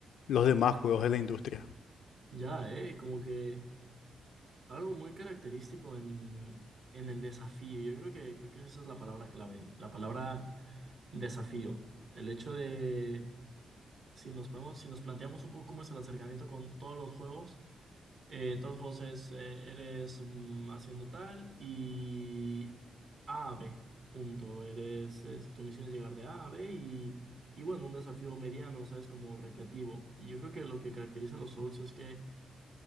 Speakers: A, on the left; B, on the right.
A: los demás juegos de la industria.
B: Ya, eh, como que algo muy característico en, en el desafío. Yo creo que, creo que esa es la palabra clave, la palabra desafío. El hecho de, si nos podemos, si nos planteamos un poco cómo es el acercamiento con todos los juegos, eh, todos los juegos es, eh, eres mm, haciendo tal y A a B, punto. Eres, es- tu misión es llegar de A a B y, y bueno, un desafío mediano, ¿sabes? Como recreativo. Y yo creo que lo que caracteriza a los Souls es que